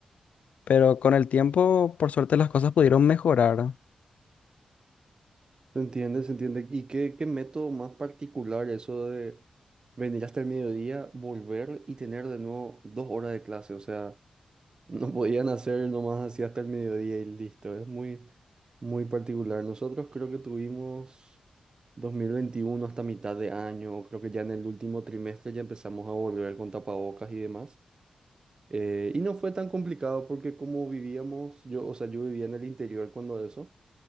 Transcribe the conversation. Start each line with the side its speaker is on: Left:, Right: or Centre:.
Left: Pero con el tiempo, por suerte, las cosas pudieron mejorar.
Right: ¿Se entiende? ¿Se entiende? ¿Y qué, qué método más particular eso de venir hasta el mediodía, volver y tener de nuevo dos horas de clase? O sea, no podían hacer nomás así hasta el mediodía y listo. Es muy, muy particular. Nosotros creo que tuvimos 2021 hasta mitad de año, creo que ya en el último trimestre ya empezamos a volver con tapabocas y demás. Eh, y no fue tan complicado porque como vivíamos, yo, o sea, yo vivía en el interior cuando eso.